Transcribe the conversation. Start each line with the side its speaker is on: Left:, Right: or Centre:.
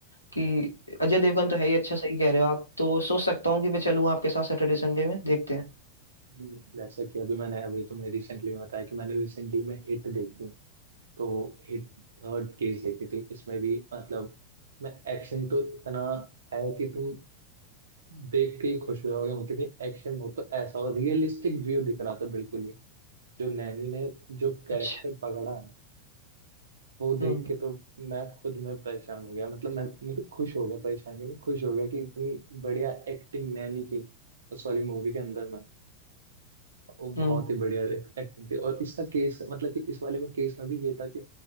Left: कि अजय देवगन तो है ही अच्छा सही कह रहे हो आप तो सोच सकता हूँ कि मैं चलूँ आपके साथ सैटरडे संडे में देखते हैं
Right: हम्म, जैसा कि अभी मैंने अभी तुम्हें रिसेंटली में बताया कि मैंने रिसेंटली में हिट देखी तो हिट थर्ड केस देखी थी इसमें भी मतलब इसमें एक्शन तो इतना है कि तुम देख के ही खुश हो जाओगे मतलब कि एक्शन हो तो ऐसा हो रियलिस्टिक व्यू दिख रहा था बिल्कुल ही जो नैनी ने जो
Left: अच्छा
Right: कैरेक्टर पकड़ा है वो देख
Left: हम्म
Right: के तो मैं खुद में परेशान हो गया मतलब मैं मतलब खुश हो गया परेशान भी नहीं खुश हो गया कि इतनी बढ़िया एक्टिंग नैनी की उस वाली मूवी के अंदर में वो बहुत
Left: हम्म
Right: ही बढ़िया एक्टिंग थी और इसका केस मतलब कि इस वाले में केस में भी ये था कि